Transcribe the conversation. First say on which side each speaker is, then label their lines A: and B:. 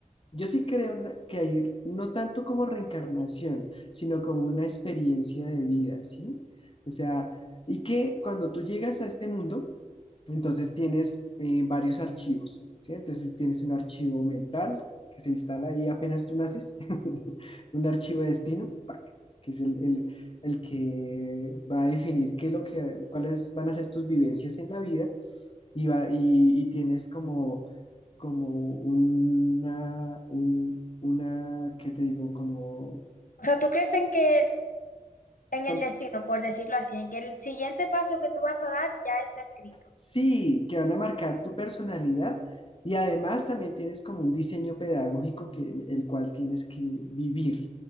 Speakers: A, on the left; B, on the left.
A: yo sí creo en la- que hay no tanto como reencarnación, sino como una experiencia de vida, ¿sí? O sea, y que cuando tú llegas a este mundo, entonces tienes eh, varios archivos, ¿sí? Entonces tienes un archivo mental que se instala ahí apenas tú naces, <laughs> un archivo de destino, ¡pac! que es el, el- el que va a definir qué es lo que, cuáles van a ser tus vivencias en la vida y, va, y, y tienes como, como una, un- una, ¿qué te digo? Como,
B: O sea, ¿tú crees en que en
A: como,
B: el destino, por decirlo así, en que el siguiente paso que tú vas a dar ya está escrito?
A: Sí, que van a marcar tu personalidad y además también tienes como un diseño pedagógico que el cual tienes que vivir.